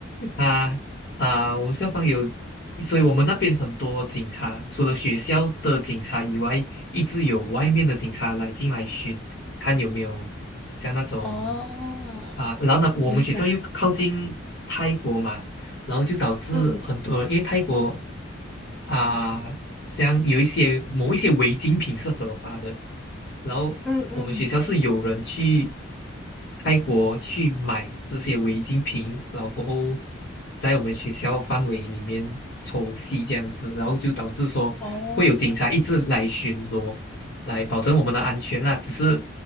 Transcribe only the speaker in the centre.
哦，
明白。
嗯
嗯嗯，
哦